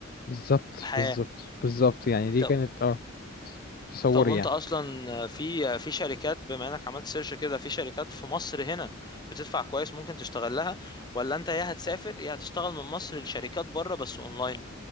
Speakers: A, on the left; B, on the left.
A: بالظبط
B: حياة
A: بالظبط بالظبط يعني دي
B: طب
A: كانت اه تصوري
B: طب وانت
A: يعني
B: اصلا في في شركات بما انك عملت سيرش كده في شركات في مصر هنا بتدفع كويس ممكن تشتغل لها ولا انت يا هتسافر يا هتشتغل من مصر لشركات بره بس اونلاين